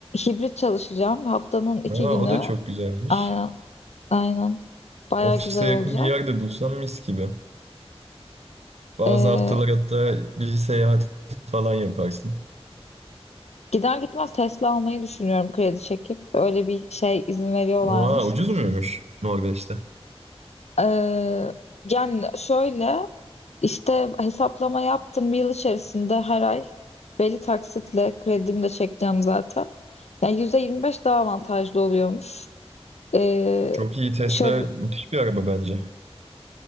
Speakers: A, on the left; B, on the right.
A: hibrit çalışacağım. Haftanın iki
B: Aa,
A: günü.
B: o da çok güzelmiş.
A: Aynen. Aynen. Baya
B: Ofise
A: güzel
B: yakın
A: olacak.
B: bir yerde bulsam mis gibi. Bazı
A: Ee,
B: haftalar hatta bir seyahat falan yaparsın.
A: gider gitmez Tesla almayı düşünüyorum kredi çekip. Öyle bir şey izin veriyorlarmış.
B: Aa, ucuz muymuş Norveç'te?
A: Ee, yani şöyle işte hesaplama yaptım bir yıl içerisinde her ay belli taksitle kredimi de çekeceğim zaten. Yani %25 daha avantajlı oluyormuş. Ee,
B: Çok iyi Tesla
A: şöyle bir-
B: müthiş bir araba bence.